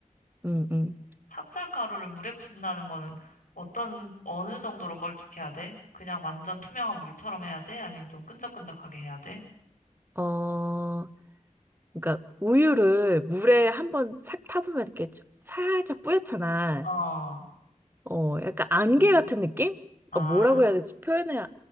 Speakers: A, on the right (about 15°); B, on the left (about 80°).
A: 음 음.
B: 찹쌀가루를 물에 푼다는 거는 어떤, 어느 정도로 걸쭉해야 돼? 그냥 완전 투명한 물처럼 해야 돼? 아니면 좀 끈적끈적하게 해야 돼?
A: 어. 그러니까 우유를 물에 한번 싹 타보면 이렇게 좀 살짝 뿌옇잖아.
B: 어,
A: 어, 약간
B: 그
A: 안개
B: 정도로?
A: 같은 느낌?
B: 아,
A: 어, 뭐라고 해야 될지 표현해